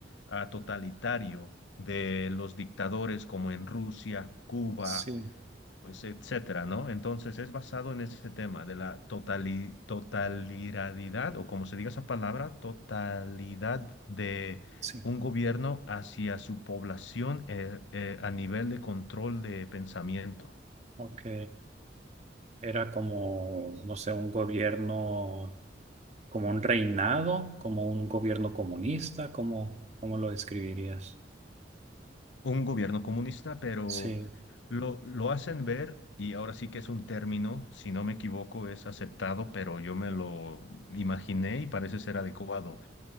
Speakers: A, on the left; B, on the right.
A: ah, totalitario de los dictadores como en Rusia, Cuba,
B: sí,
A: pues etcétera, ¿no? Entonces es basado en ese tema de la totali- totalidad, o como se diga esa palabra, totalidad de
B: sí.
A: un gobierno hacia su población eh, eh, a nivel de control de pensamiento.
B: Ok. Era como, no sé, un gobierno, como un reinado, como un gobierno comunista, ¿cómo, cómo lo describirías?
A: Un gobierno comunista, pero
B: Sí,
A: lo, lo hacen ver, y ahora sí que es un término, si no me equivoco, es aceptado, pero yo me lo imaginé y parece ser adecuado.